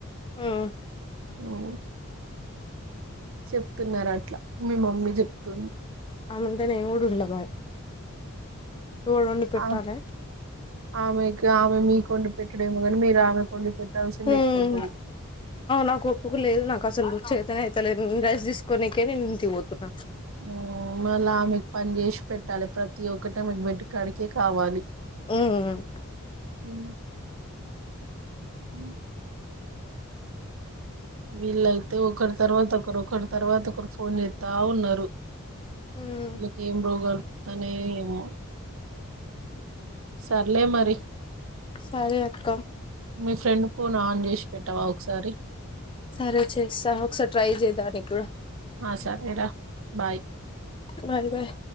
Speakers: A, on the left; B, on the right.
A: మ్మ్
B: ఉం చెప్తున్నారు అట్లా మీ మమ్మీ చెప్తుంది
A: అమ్ను ఉంటే నేను గూడ ఉండ బాయ్ ఎవోడండి పెట్టాలే
B: ఆ ఆమెకి ఆమె మీకు వండి పెట్టడేమో కాని మీరు ఆమెకు వండి పెట్టాల్సింది
A: ఉం
B: ఎక్కువ ఉంటది
A: నాకు ఒప్పుకోలేదు నాకు అసలు చెతన్ అయితలేద్ నైన్ రెస్ తీసుకొనికే నేన్ ఇంటికి పోతు అ
B: ఉం మళ్ళా ఆమెకు పని చేసి పెట్టాలి ప్రతి ఒక్కటి ఆమె కు బెడ్ కాడికె కావాలి
A: ఉం
B: ఉ అ వీళ్ళయితే ఒకరి తర్వాత ఒకరు ఒకరి తర్వాత ఒకరు ఫోన్ చేత్తా ఉన్నారు
A: ఉమ్
B: వీళ్ళకి ఏం రోగాలు పుడుతానయో ఏమో సర్లే మరి
A: సరే అక్క
B: మీ ఫ్రెండ్ ఫోన్ ఆన్ చేసి పెట్టవా ఒకసారి
A: సరే చేస్తా ఒకసారి ట్రై చేదానికి కూడా
B: ఆ సరేరా బాయ్
A: బాయ్ బాయ్